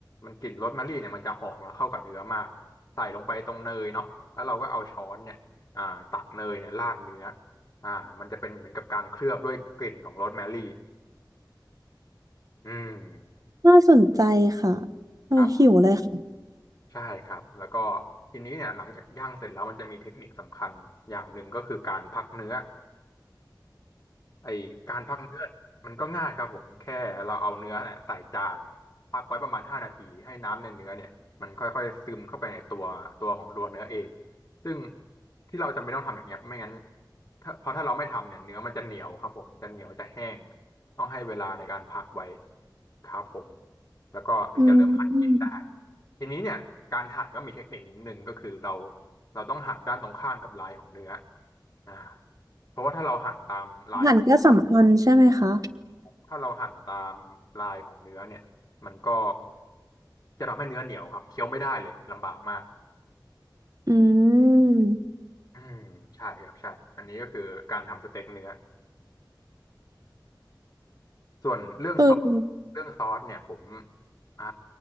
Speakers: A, on the left; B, on the right.
A: มันกลิ่นโรสแมรี่เนี่ยมันจะหอมแล้วเข้ากับเนื้อมากใส่ลงไปตรงเนยเนาะแล้วเราก็เอาช้อนเนี่ยอ่าตักเนยเนี่ยราดเนื้ออ่ามันจะเป็นเหมือนกับการเคลือบด้วยกลิ่นของโรสแมรี่อืม
B: น่าสนใจค่ะโอ้หิวเลยค่ะ
A: ครับใช่ครับแล้วก็ทีนี้เนี่ยหลังจากย่างเสร็จแล้วมันจะมีเทคนิคสำคัญอย่างหนึ่งก็คือการพักเนื้อ ไอการพักเนื้อเนี่ยมันก็ง่ายครับผมแค่เราเอาเนื้อเนี่ยใส่จานพักไว้ประมาณห้านาทีให้น้ำในเนื้อเนี่ยมันค่อยๆซึมเข้าไปในตัวตัวของตัวเนื้อเองซึ่งที่เราจำเป็นต้องทำอย่างเงี้ยไม่งั้นถ้าเพราะถ้าเราไม่ทำเนี่ยเนื้อมันจะเหนียวครับผมจะเหนียวจะแห้งต้องให้เวลาในการพักไว้ครับผมแล้วก็ถึงจะเริ่มหั่นกินได้
B: อืม
A: ทีนี้เนี่ยการหั่นก็มีเทคนิคหนึ่งก็คือเราเราต้องหั่นด้านตรงข้ามกับลายของเนื้ออ่าเพราะว่าถ้าเราหั่นตามลาย
B: อาหารก็สำคัญใช่ไหมคะ
A: ถ้าเราหั่นตามลายของเนื้อเนี่ยมันก็จะทำให้เนื้อเหนียวครับเคี้ยวไม่ได้เลยลำบากมาก
B: อืม
A: อืมใช่ครับใช่อันนี้ก็คือการทำสเต็กเนื้อ ส่วนเรื่องซอสเรื่องซอสเนี่ยผม
B: คือ
A: อ่า